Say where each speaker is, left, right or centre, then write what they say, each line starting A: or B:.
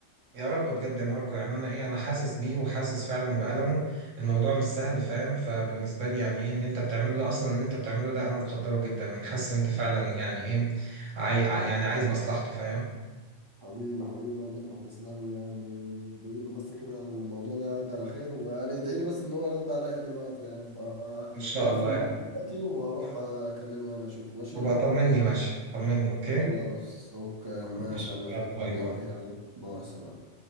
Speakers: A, on the right; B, on the right.
A: يا رب بجد يا ماركو يعني انا ايه انا حاسس بيه وحاسس فعلا بألمه الموضوع مش سهل فاهم فبالنسبة لي يعني ايه ان انت بتعمله ده اصلا ان انت بتعمله ده انا مقدره جدا انا حاسس ان انت فعلا يعني ايه عاي... يعني عايز مصلحته فاهم
B: حبيبي حبيبي يا مدحت تسلم لي يعني ادعي له بس كده الموضوع ده يعدي على خير ويعني ادعي لي بس ان هو يرد عليا دلوقتي يعني فهقفل
A: ان شاء الله
B: معاك دلوقتي وهروح آه، اكلمه يعني اشوفه ماشي
A: وبقى طمني ماشي طمني اوكي
B: خلاص اوكي ماشي
A: ماشي
B: يا مدحت
A: يلا باي
B: حبيبي
A: باي
B: يلا باي سلام